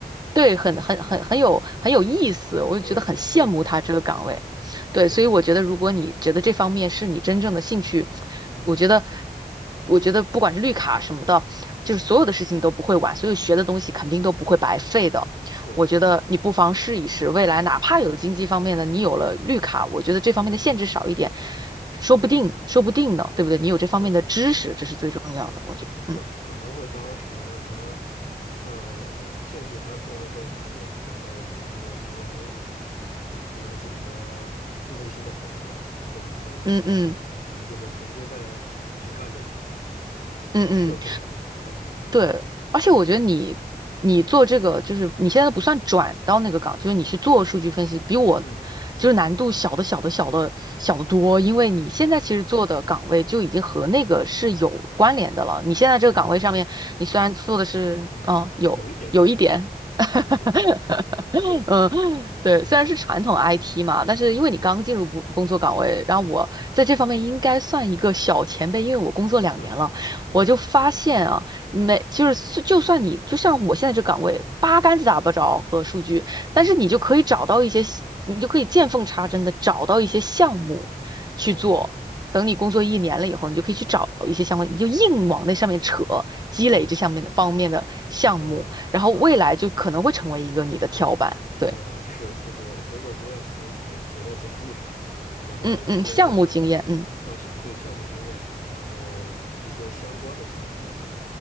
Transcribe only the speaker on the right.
对，很很很很有很有意思，
我就觉得很羡慕他这个岗位。
对，
所以我觉得，如果你觉得这方面是你真正的兴趣，
我觉得，我觉得不管是绿卡什么的，
就是所有的事情都不会晚，所有学的东西肯定都不会白费的。
我觉得你不妨试一试，未来哪怕有经济方面的，你有了绿卡，我觉得这方面的限制少一点，
说不定，说不定呢，对不对？你有这方面的知识，
这是最重要的，我觉得。
嗯
嗯嗯嗯嗯。
对，
而且我觉得你你做这个，就是你现在不算转到那个岗，就是你去做数据分析，比我
就是难度小的小的小的小得多，因为你现在其实做的岗位就已经和那个是有关联的了。
你现在这个岗位上面，
你虽然做的是，
嗯，有有一点。
<laughs>
嗯，对，
虽然是传统 IT 嘛，但是因为你刚进入工工作岗位，
然后我在这方面应该算一个小前辈，因为我工作两年了，
我就发现啊，没，就是就算你就像我现在这岗位，八竿子打不着和数据，但是你就可以找到一些细你就可以见缝插针的找到一些项目去做。
等你工作一年了以后，你就可以去找一些相关，你就硬往那上面扯，积累这上面的方面的项目。
然后未来就可能会成为一个你的跳板。
对，
嗯嗯，项目经验，嗯